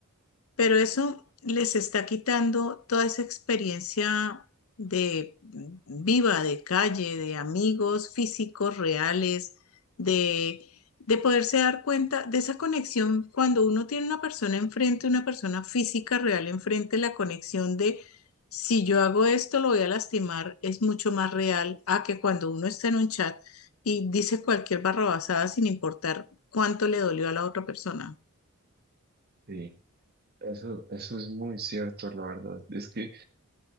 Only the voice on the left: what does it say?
Pero eso les está quitando toda esa experiencia de viva, de calle, de amigos físicos reales, de, de poderse dar cuenta de esa conexión cuando uno tiene una persona enfrente, una persona física real enfrente, la conexión de si yo hago esto lo voy a lastimar es mucho más real a que cuando uno está en un chat y dice cualquier barrabasada sin importar cuánto le dolió a la otra persona.